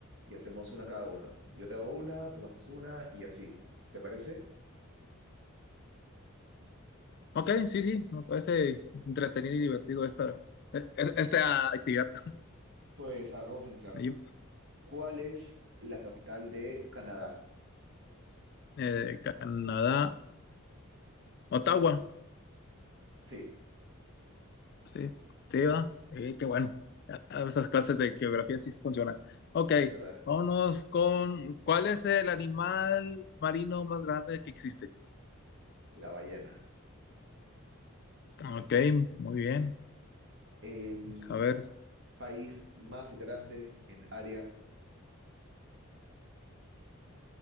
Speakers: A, on the right; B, on the left.
A: y hacemos una cada uno. Yo te hago una, tú me haces una y así. ¿Te parece?
B: Ok, sí, sí, me parece entretenido y divertido esta, e- e- esta actividad. <laughs>
A: Pues a vamos a empezar.
B: Ahí,
A: ¿Cuál es la capital de Canadá?
B: eh, Canadá, Ottawa,
A: Sí,
B: sí, sí, va, Sí, qué bueno. Ah, Esas clases de geografía sí funcionan. Ok,
A: acepto dar
B: vámonos con, ¿cuál es el animal marino más grande que existe?
A: la ballena.
B: Ok, muy bien.
A: ¿El
B: A ver,
A: país más grande en área?